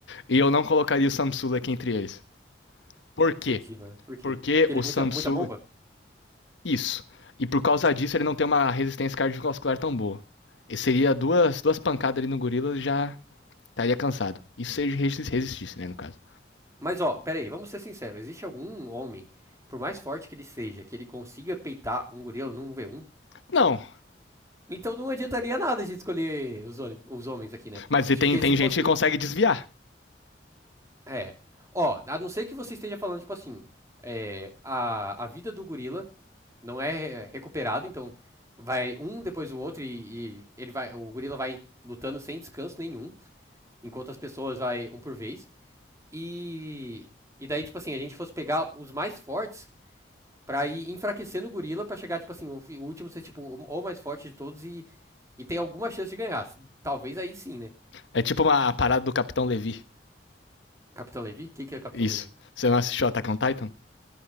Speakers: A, on the left (about 90°); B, on the right (about 15°).
A: E eu não colocaria o Samsula aqui entre eles. Por quê?
B: Entendi, mano. Por quê?
A: Porque
B: Porque
A: o
B: ele é
A: Samsula.
B: muita, muita bomba?
A: Isso. E por causa disso ele não tem uma resistência cardiovascular tão boa. E seria duas, duas pancadas ali no gorila já estaria cansado. Isso se ele resistisse, né, no caso.
B: Mas, ó, pera aí, vamos ser sinceros. Existe algum homem, por mais forte que ele seja, que ele consiga peitar um gorila num v um?
A: Não,
B: Então não adiantaria nada a gente escolher os, ônibus- os homens aqui, né?
A: mas
B: Porque
A: e tem, tem
B: se fosse.
A: gente que consegue desviar.
B: É. Ó, a não ser que você esteja falando, tipo assim, é, a, a vida do gorila não é recuperada, então vai um depois o outro e, e ele vai, o gorila vai lutando sem descanso nenhum, enquanto as pessoas vai um por vez. E, e daí, tipo assim, a gente fosse pegar os mais fortes pra ir enfraquecendo o gorila pra chegar, tipo assim, o, fi- o último ser, tipo, o, o mais forte de todos e, e ter alguma chance de ganhar. Talvez aí sim, né?
A: É tipo uma parada do Capitão Levi.
B: Capitão Levi? O que, que é Capitão
A: Isso.
B: Levi?
A: Você não assistiu Attack on Titan?